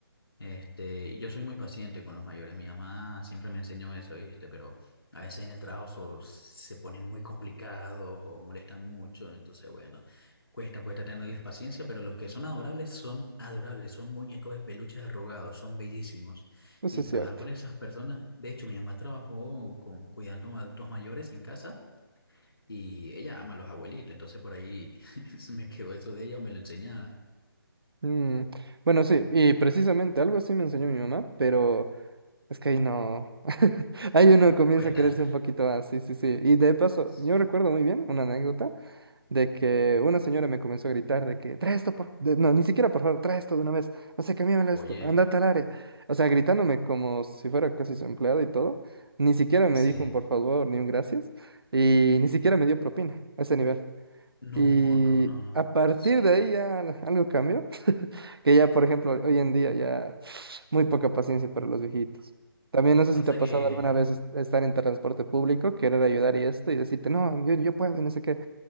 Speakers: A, on the left (about 75°); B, on the right (about 70°).
A: Este, yo soy muy paciente con los mayores. Mi mamá siempre me enseñó eso, ¿viste? Pero a veces en el trabajo so- se ponen muy complicados o molestan mucho. Entonces, bueno, cuesta, cuesta tenerles paciencia, pero los que son adorables son adorables, son muñecos de peluches arrugados, son bellísimos.
B: Eso
A: Y trabajar
B: es cierto.
A: con esas personas, de hecho, mi mamá trabajó con, cuidando a adultos mayores en casa y ella ama a los abuelitos, entonces por ahí <laughs> se me quedó eso de ella o me lo enseñaba.
B: Mm, Bueno, sí, y precisamente algo así me enseñó mi mamá, pero es que ahí no. <laughs> Ahí uno comienza
A: Cuesta.
B: a quererse un poquito más, sí, sí, sí. Y de paso,
A: Sí.
B: yo recuerdo muy bien una anécdota de que una señora me comenzó a gritar de que trae esto por. de- No, ni siquiera por favor, trae esto de una vez. No sé, cámbiamelo
A: Oye,
B: esto, anda a tal área. O sea, gritándome como si fuera casi su empleada y todo. Ni siquiera me
A: sí.
B: dijo un por favor ni un gracias. Y ni siquiera me dio propina a ese nivel.
A: No,
B: Y
A: no, no, no.
B: a partir
A: Sí.
B: de ahí ya al- algo cambió. <laughs> Que ya, por ejemplo, hoy en día ya muy poca paciencia para los viejitos. También no sé
A: Pasa
B: si te ha
A: que,
B: pasado alguna vez es- estar en transporte público, querer ayudar y esto, y decirte, no, yo, yo puedo y no sé qué.